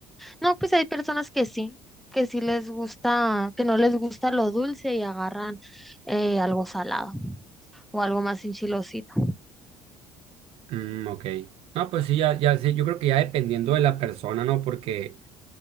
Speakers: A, in the centre; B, on the right.
A: No, pues hay personas que sí, que sí les gusta, que no les gusta lo dulce y agarran eh, algo salado o algo más enchilosito.
B: Mm, ok. No, pues sí, ya, ya sé. yo creo que ya dependiendo de la persona, ¿no? Porque...